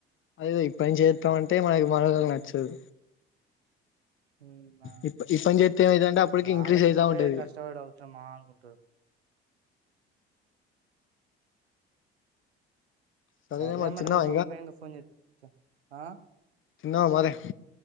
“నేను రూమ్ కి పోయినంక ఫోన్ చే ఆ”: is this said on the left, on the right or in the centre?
Right